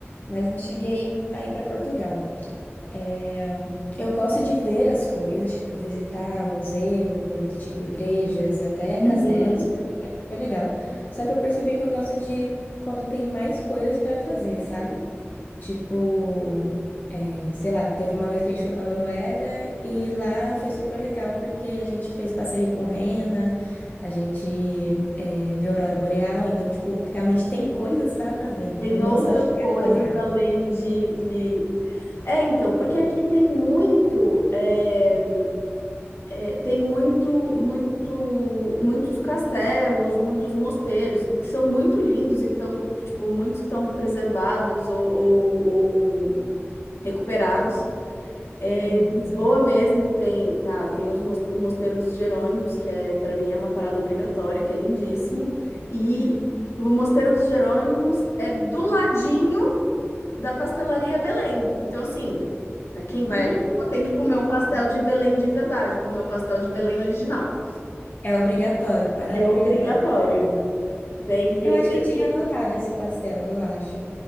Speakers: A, on the left; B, on the left.
A: mas não cheguei aí ir pra Portugal. É, eu gosto de ver as coisas, tipo, visitar museu, coisa do tipo, igrejas, até
B: Uhum.
A: castelos, pra mim é super legal. Só que eu percebi que eu gosto de quando tem mais coisas para fazer, sabe? Tipo, é, sei lá, teve uma vez que a gente foi pra Noruega e lá foi super legal porque a gente fez passeio com rena, a gente é, viu a aurora boreal, então, tipo, realmente tem coisas para fazer, entendeu?
B: Tem outras
A: Não só chegar
B: coisas
A: e olhar.
B: além de, de... É, então, porque aqui tem muito. É, é, tem muito, muito, muitos castelos, muitos mosteiros, e que são muito lindos e que estão, tipo, muitos que estão preservados ou, ou- ou recuperados. É,
A: Uhum.
B: em Lisboa mesmo tem, pá, tem os mos- o Mosteiro dos Jerônimos, que é, para mim é uma parada obrigatória, que é lindíssimo. E
A: Hum.
B: o Mosteiro dos Jerônimos é do ladinho da pastelaria Belém. Então, assim, né, quem vai
A: Hum,
B: a Lisboa tem que comer
A: Hum.
B: um pastel de Belém de verdade, comer um pastel de Belém original.
A: É obrigatório, parada
B: É obrigatório.
A: obrigatória.
B: Tem que,
A: Eu acho
B: tem
A: que eu tinha
B: que.
A: anotado esse pastel, eu acho.